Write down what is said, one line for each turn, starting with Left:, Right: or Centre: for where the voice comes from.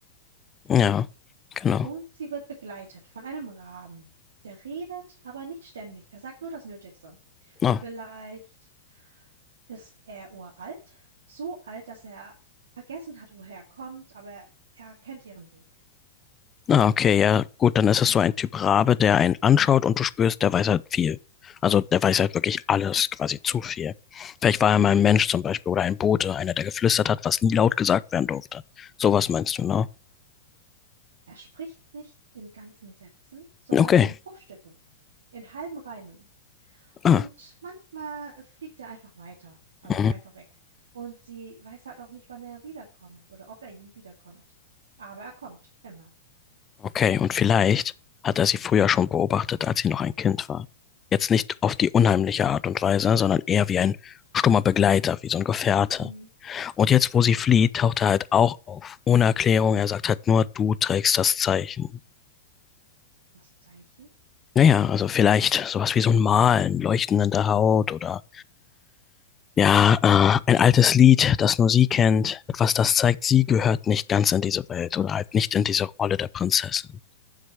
Left: Ja, genau.
Right: Und sie wird begleitet von einem Raben. Der redet, aber nicht ständig. Er sagt nur das Nötigste.
Left: Ah,
Right: Vielleicht ist er uralt, so alt, dass er vergessen hat, woher er kommt, aber er kennt ihren Weg.
Left: ah, okay, ja, gut, dann ist es so ein Typ Rabe, der einen anschaut und du spürst, der weiß halt viel. Also der weiß halt wirklich alles, quasi zu viel. Vielleicht war er
Right: Hm.
Left: mal ein Mensch zum Beispiel oder ein Bote, einer, der geflüstert hat, was nie laut gesagt werden durfte. Sowas meinst du, ne?
Right: Er spricht nicht in ganzen Sätzen, sondern
Left: Okay.
Right: in Bruchstücken, in halben Reimen.
Left: Ah.
Right: Und manchmal fliegt er einfach weiter, also
Left: Mhm.
Right: einfach weg. Und sie weiß halt auch nicht, wann er wiederkommt oder ob er je wiederkommt. Aber er kommt immer.
Left: Okay, und vielleicht hat er sie früher schon beobachtet, als sie noch ein Kind war. Jetzt nicht auf die unheimliche Art und Weise, sondern eher wie ein stummer Begleiter, wie so ein Gefährte.
Right: Hm.
Left: Und jetzt, wo sie flieht, taucht er halt auch auf. Ohne Erklärung, er sagt halt nur, du trägst das Zeichen.
Right: Das Zeichen
Left: Naja, also vielleicht sowas wie so ein Malen, Leuchten in der Haut oder ja, äh, ein altes Lied, das nur sie kennt. Etwas, das zeigt, sie gehört nicht ganz in diese Welt oder halt nicht in diese Rolle der Prinzessin.